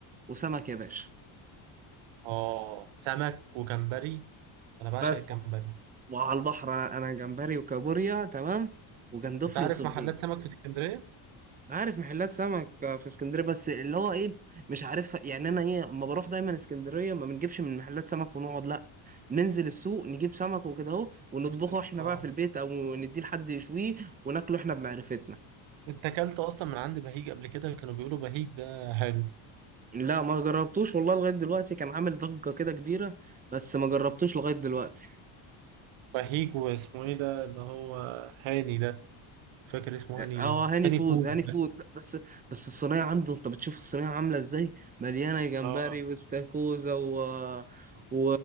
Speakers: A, on the right (about 20°); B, on the right (about 75°).
A: وسمك يا باشا
B: اه سمك وجمبري انا بعشق
A: بس
B: الجمبري
A: وعلى البحر انا أنا جمبري وكابوريا تمام وجندفلي
B: انت عارف
A: وصبيط
B: محلات سمك في اسكندريه؟
A: عارف محلات سمك في اسكندريه بس اللي هو ايه مش عارف يعني انا ايه اما بروح دايما اسكندريه ما بنجيبش من محلات سمك ونقعد لا ننزل السوق نجيب سمك وكده اهو ونطبخه
B: جيب سمك
A: احنا
B: اه
A: بقى في البيت او نديه لحد يشويه وناكله احنا بمعرفتنا
B: انت اكلت اصلا من عند بهيج قبل كده كانوا بيقولوا بهيج ده حلو
A: لا ما جربتوش والله لغايه دلوقتي كان عامل ضجه كده كبيره بس ما جربتوش لغايه دلوقتي
B: بهيج واسمه ايه ده اللي هو هاني ده فاكر اسمه هاني ايه؟
A: اه هاني
B: هاني
A: فود
B: فوق
A: هاني
B: ده.
A: فود لا بس بس الصينيه عنده انت بتشوف الصينيه عامله ازاي مليانه جمبري
B: اه
A: واستاكوزا و... و...